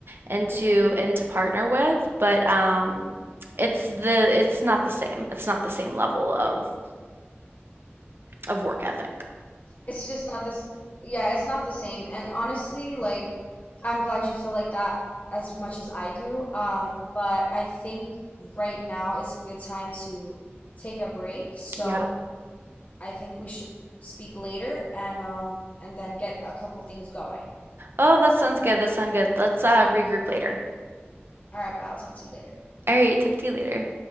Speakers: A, on the right; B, on the left.
A: and
B: mhm
A: to and to partner with, but um it's the it's not the same. It's not the same level of of work ethic.
B: It's just not this. Yeah, it's not the same. And honestly, like, I'm glad you feel like that as much as I do. Um, but I think right now is a good time to take a break. So
A: Yeah.
B: I think we should speak later and um and then get a couple things going.
A: Oh, that sounds good. That sounds good. Let's uh regroup later.
B: All right, bye. I'll talk to you later.
A: All right, talk to you later.